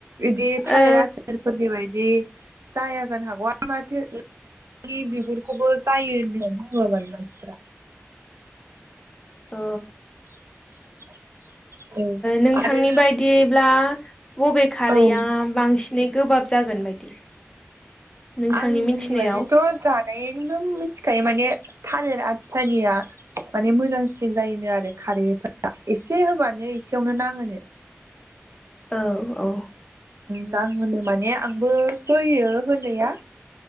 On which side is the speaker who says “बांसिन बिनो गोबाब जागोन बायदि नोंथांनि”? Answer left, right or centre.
Left